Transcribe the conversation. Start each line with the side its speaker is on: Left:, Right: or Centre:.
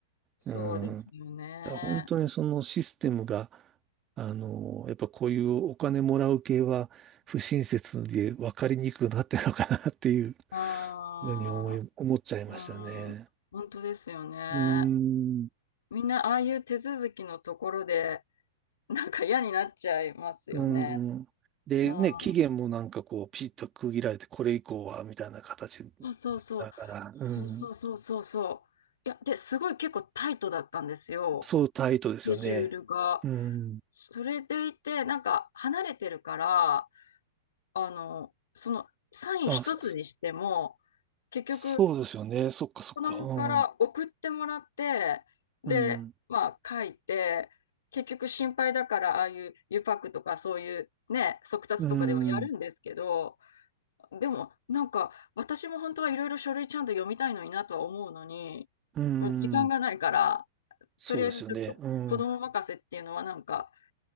Left: そうですよね。
Right: うん、だから本当にそのシステムが、あの、やっぱこういうお金もらう系は不親切で分かりにくくなってるのかなっていう
Left: ああ、
Right: ふうに思い、思っちゃいましたね。
Left: うん。本当ですよね。
Right: うーん。
Left: みんなああいう手続きのところで、なんか嫌になっちゃいますよね。
Right: うん。で、
Left: うん。
Right: ね、期限もなんかこう、ピシッと区切られて、これ以降は、みたいな形
Left: そうそうそう。
Right: だから、うん。
Left: そうそうそうそう。いや、で、すごい結構タイトだったんですよ。
Right: そうタイトですよね。
Left: スケジュールが。
Right: うん。
Left: それでいて、なんか離れてるから、あの、そのサイン一つにしても、
Right: あ、そ、そ
Left: 結局、
Right: そうですよね。そっかそっか。
Left: 子供から送ってもらって、
Right: うん。
Left: で、
Right: うん。
Left: まあ書いて、結局心配だから、ああいうゆパックとかそういうね、速達とかではやるんですけど、
Right: うん。
Left: でもなんか私も本当はいろいろ書類ちゃんと読みたいのになとは思うのに、
Right: うん
Left: もう時間がないから、
Right: そうですよね。
Left: とりあえずちょっと子供任せっていうのはなんか、
Right: うん。